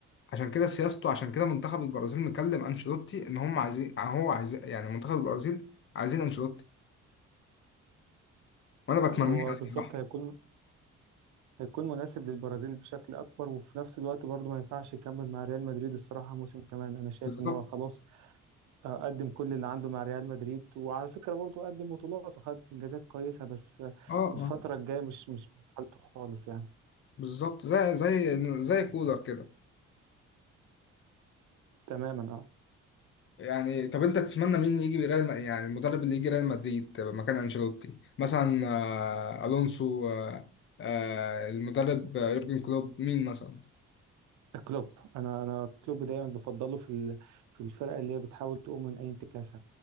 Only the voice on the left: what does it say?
عشان كده سياسته عشان كده منتخب البرازيل مكلم انشيلوتي ان هم عايزين هو عايز يعني منتخب البرازيل عايزين انشيلوتي وانا بتمناه
على
الصراحه
بالظبط
اه
اه
بالظبط زي زي زي كولر كده
يعني طب انت تتمنى مين يجي ريال م- يعني المدرب اللي يجي ريال مدريد مكان انشيلوتي مثلا آه، الونسو آه، آه، المدرب يورجن كلوب مين مثلا